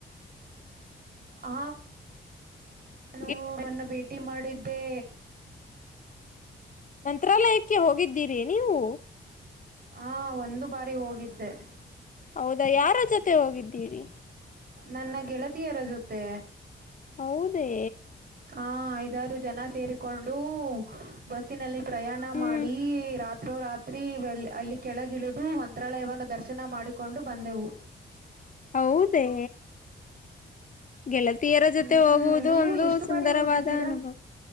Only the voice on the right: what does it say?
ಹ
ಹ ಅವನ್ನ ಭೇಟಿ ಮಾಡಿದ್ದೆ
ಹಾ ಒಂದು ಬಾರಿ ಹೋಗಿದ್ದೆ
ನನ್ನ ಗೆಳತಿಯರ ಜೊತೆ
ಆ ಐದಾರು ಜನ ಸೇರಿಕೊಂಡು ಬಸ್ಸಿನಲ್ಲಿ ಪ್ರಯಾಣ
ಮಾಡಿ ರಾತ್ರಿ ರೋ ರಾತ್ರಿ ಅಲ್ಲಿ ಕೆಳಗಿಳಿದು ಮಂತ್ರಾಲಯವನ್ನು ದರ್ಶನ ಮಾಡಿಕೊಂಡು ಬಂದೆವು
ಹ್ಮ್
ನೀವು
ಎಷ್ಟು
ಬಾರಿ ಹೋಗಿದ್ದೀರಾ